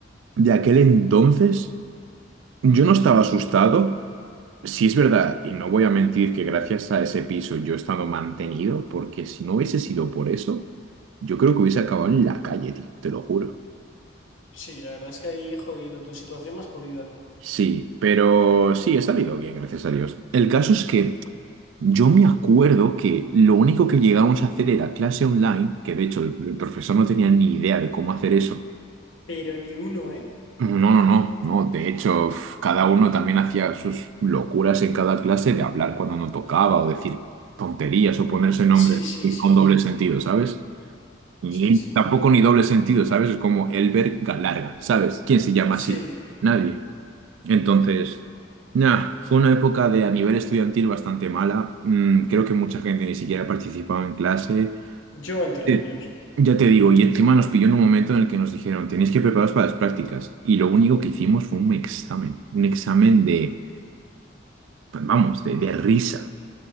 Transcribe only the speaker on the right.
de aquel entonces yo no estaba asustado, Sí, es verdad, y no voy a mentir que gracias a ese piso yo he estado mantenido, porque si no hubiese sido por eso, yo creo que hubiese acabado en la calle, tío, te lo juro.
Sí, pero sí, he salido bien, gracias a Dios. El caso es que yo me acuerdo que lo único que llegábamos a hacer era clase online, que de hecho el, el profesor no tenía ni idea de cómo hacer eso.
No, no, no, no. De hecho, uf, cada uno también hacía sus locuras en cada clase de hablar cuando no tocaba o decir tonterías o ponerse nombres
con doble sentido, ¿sabes? Y
tampoco ni doble sentido, ¿sabes? Es como Elber Galarga, ¿sabes? ¿Quién se llama
así? Nadie. Entonces, nada, fue una época de a nivel estudiantil bastante mala. Mm, creo que mucha gente ni siquiera participaba en clase.
Eh,
Ya te digo, y encima nos pilló en un momento en el que nos dijeron, tenéis que prepararos para las prácticas. Y lo único que hicimos fue un examen, un examen de, pues, vamos, de, de risa,